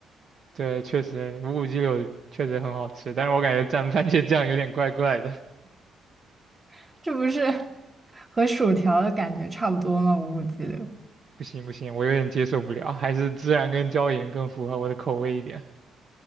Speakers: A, on the right; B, on the right.
A: 对，确实无骨鸡柳确实很好吃，但是我感觉蘸番茄酱有点怪怪的。
B: <laughs> 这不是和薯条的感觉差不多吗？五谷鸡柳，
A: 不行不行，我有点接受不了，还是孜然跟椒盐更符合我的口味一点。